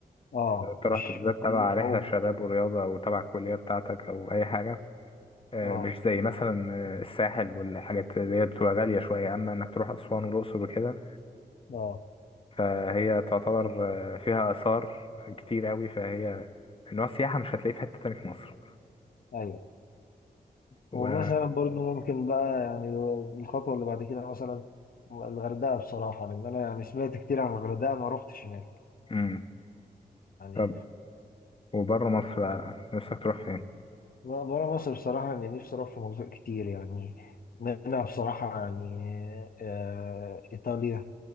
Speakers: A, on the left; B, on the left.
A: اه
B: لو انت رحت
A: مش
B: بالذات
A: مكلفة
B: تبع رحلة
A: أوي
B: شباب ورياضة أو تبع الكلية بتاعتك أو أي حاجة آه،
A: اه
B: مش زي مثلا آه، الساحل والحاجات اللي هي بتبقى غالية شوية أما إنك تروح أسوان والأقصر وكده
A: اه
B: فهي تعتبر آه، فيها آثار كتير قوي فهي نوع السياحة مش هتلاقيه في حتة تاني في مصر
A: ايوه
B: و...
A: ومثلا برضو ممكن بقى يعني الخطوه اللي بعد كده مثلا الغردقه بصراحه لان انا يعني سمعت كتير عن الغردقه ما روحتش هناك
B: مم.
A: يعني
B: طب وبره مصر بقى نفسك تروح فين؟
A: بره مصر بصراحه اني نفسي اروح في مناطق كتير يعني منها بصراحه يعني آه ايطاليا